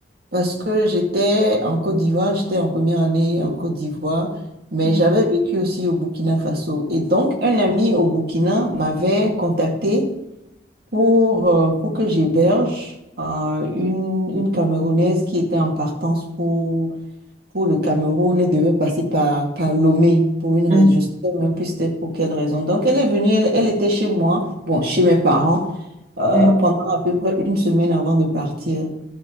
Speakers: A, on the right; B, on the right.
A: Parce que j'étais en Côte d'Ivoire, j'étais en première année en Côte d'Ivoire, mais
B: Oui.
A: j'avais vécu aussi au Burkina Faso. Et donc, un ami au Burkina m'avait contacté pour, euh, pour que j'héberge euh, une, une Camerounaise qui était en partance pour, pour le Cameroun et devait passer par, par Lomé pour une
B: Mhm.
A: raison. Je ne sais même plus c'était pour quelle raison. Donc, elle est venue, elle, elle était chez moi, bon, chez mes parents, euh,
B: Oui.
A: pendant à peu près une semaine avant de partir.